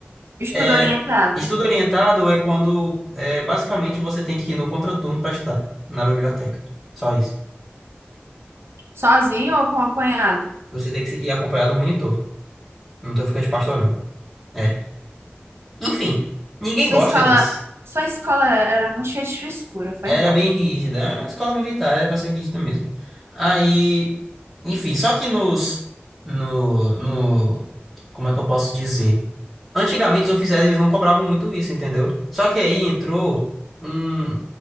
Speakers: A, on the right; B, in the centre.
A: Estudo
B: É,
A: orientado.
B: estudo orientado é quando, é, basicamente, você tem que ir no contraturno para estudar, na biblioteca, só isso.
A: Sozinho ou acompanhado?
B: Você tem que ir acompanhado do monitor, não tô ficando de pastor, não. É. Enfim, ninguém
A: Sua
B: gosta
A: escola,
B: disso.
A: sua escola era muito cheia de frescura, foi
B: Era
A: mal.
B: bem rígida. Era uma escola militar, era pra ser rígida mesmo. Aí, enfim, só que nos, no, no, como é que eu posso dizer? Antigamente os oficiais eles não cobravam muito isso, entendeu? Só que aí entrou um,